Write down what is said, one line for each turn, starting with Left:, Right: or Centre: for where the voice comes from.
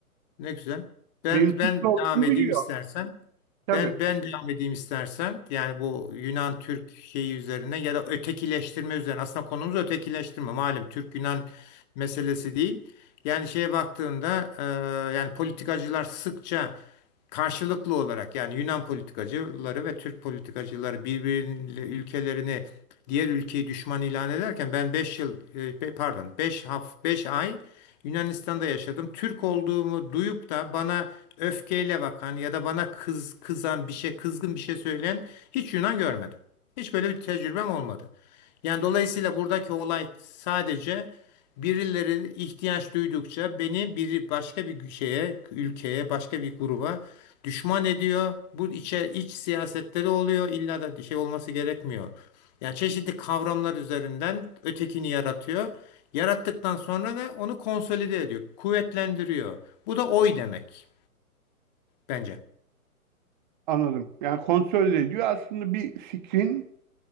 Left: Ne güzel. Ben
Right: Benim Türkçe
Left: ben
Right: olduğunu
Left: devam edeyim
Right: biliyor.
Left: istersen.
Right: Tabii
Left: Ben ben devam edeyim istersen. Yani bu Yunan Türk şeyi üzerine ya da ötekileştirme üzerine. Aslında konumuz ötekileştirme. Malum Türk Yunan meselesi değil. Yani şeye baktığında e, yani politikacılar sıkça karşılıklı olarak yani Yunan politikacıları ve Türk politikacıları birbiriyle ülkelerini diğer ülkeyi düşman ilan ederken ben 5 yıl e, be- pardon beş haf 5 ay Yunanistan'da yaşadım. Türk olduğumu duyup da bana öfkeyle bakan ya da bana kız kızan bir şey kızgın bir şey söyleyen hiç Yunan görmedim. Hiç böyle bir tecrübem olmadı. Yani dolayısıyla buradaki olay sadece birileri ihtiyaç duydukça beni bir başka bir şeye, ülkeye, başka bir gruba düşman ediyor. Bu içe iç siyasetleri oluyor. İlla da şey olması gerekmiyor. Yani çeşitli kavramlar üzerinden ötekini yaratıyor. Yarattıktan sonra da onu konsolide ediyor, kuvvetlendiriyor. Bu da oy demek bence.
Right: anladım. Yani kontrol ediyor. Aslında bir fikrin